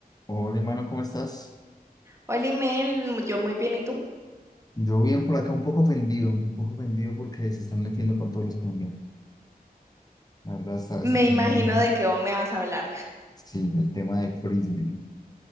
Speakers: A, on the left; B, on the right.
A: Hola, hermano, ¿cómo estás?
B: Hola, Imel, yo muy bien, ¿y tú?
A: Yo bien por acá, un poco ofendido, un poco ofendido porque se están metiendo con todos los colombianos. La verdad, está,
B: Me
A: está como-
B: imagino de qué vos me vas a hablar.
A: sí, el tema de frisbee.